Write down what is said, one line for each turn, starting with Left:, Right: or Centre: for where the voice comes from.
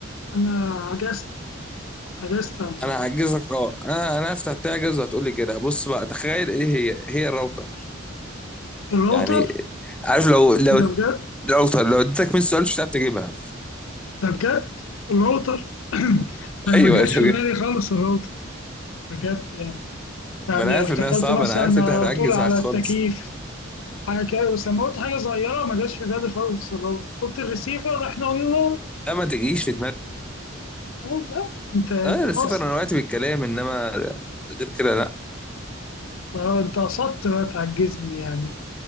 Left: انا عجزت عجزت عن الموضوع
Centre: انا هعجزك اه انا انا هفتح تعجز وهتقولي كده بص بقى تخيل ايه هي هي الراوتر
Left: الراوتر
Centre: يعني عارف لو لو
Left: ده بجد
Centre: الراوتر لو اديتك 100 سؤال مش هتعرف تجيبها
Left: ده بجد الراوتر <clears throat>
Centre: <laughs>
Left: انا
Centre: ايوه
Left: ما جاش
Centre: أنت
Left: في
Centre: بجد.
Left: بالي خالص الراوتر بجد يعني يعني
Centre: ما انا عارف
Left: افتكرت
Centre: انها صعبة
Left: مثلا
Centre: انا عارف انت هتعجز
Left: طول على
Centre: معاك خالص
Left: التكييف حاجه كده بس لما قلت حاجه صغيره ما جاش في بالي خالص الراوتر قلت الريسيفر احنا قلنا
Centre: لا ما تجيش في دماغك
Left: أه لا انت انت
Centre: اه الرسيفر
Left: قاصد
Centre: انا وقعت بالكلام انما غير كده لا
Left: أه، انت قصدت بقى تعجزني يعني